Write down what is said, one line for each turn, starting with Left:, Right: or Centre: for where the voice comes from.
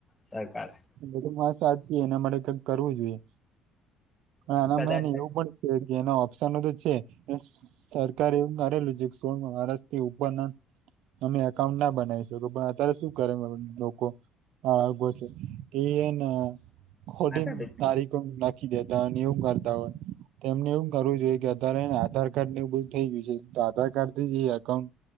Left: સરકારે.
Right: એતો વાત સાચી એના માટે <unintelligible> કરવું જોઈએ. હા એના
Left: કદાચ
Right: મને એવું પણ છે, કે એના ઓપ્શન તો છે, <unintelligible> સરકારે એવું કરેલું છે, સોળ <unintelligible> થી ઉપર ના. તમે એકાઉન્ટ ના બનાવી શકો પણ અત્યારે શું કરે પણ લોકો. હા <unintelligible> છે, એયે ને ખોટી
Left: માતા પિતા
Right: તારીખ પણ નાખી દે. અન એવું કરતા હોય. તો એમણે એવું કરવું જોઈએ કે અત્યારે એને આધાર કાર્ડ ને એ બધું થઈ ગયું છે, તો આધાર કાર્ડ થી જ એકાઉન્ટ?